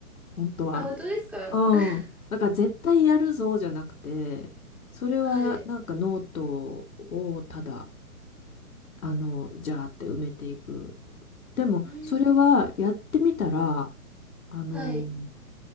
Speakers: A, on the left; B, in the centre.
A: 本当は。
B: あ、本当ですか
A: うん。
B: <laughs>
A: だから絶対やるぞじゃなくて、それはなんかノートをただ、
B: はい。
A: あの、じゃーって埋めていく。でも、
B: うーん。
A: それはやってみたら、あの、
B: はい。